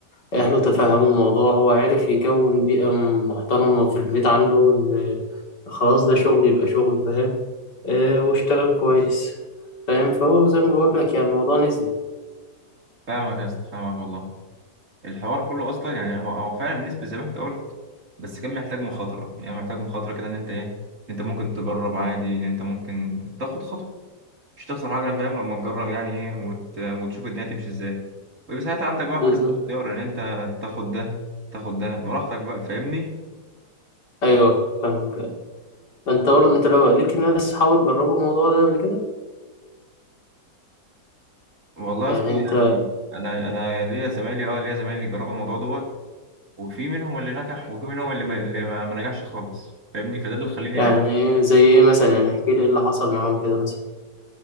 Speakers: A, on the left; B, on the right.
A: اهله تفهموا الموضوع هو عارف يكون بيئة محترمة في البيت عنده ان خلاص ده شغل يبقى شغل فاهم آه، واشتغل كويس فاهم فهو زي ما بقول لك يعني الموضوع نسبي
B: فاهمك يا اسطى فاهمك والله الحوار كله اصلا يعني هو هو فعلا نسبي زي ما انت قلت بس كان محتاج مخاطره يعني محتاج مخاطره كده ان انت ايه إن انت ممكن تجرب عادي ان انت ممكن تاخد خطوه مش هتخسر حاجة أنا فاهم لما تجرب يعني إيه وت... وتشوف الدنيا تمشي إزاي ويبقى ساعتها عندك بقى
A: بالظبط
B: حرية الاختيار إن أنت تاخد ده تاخد ده براحتك بقى فاهمني
A: ايوه فاهمك فانت برضه انت لو ليك ناس صحابك جربوا الموضوع ده قبل كده
B: والله
A: يعني
B: يا اسطى
A: انت
B: يعني أنا أنا ليا زمايلي أه ليا زمايلي جربوا الموضوع دوت وفي منهم اللي نجح وفي منهم اللي ما, اللي ما ما نجحش خالص فاهمني فده اللي خليني
A: يعني زي ايه مثلا يعني احكي لي ايه اللي حصل معاهم كده مثلا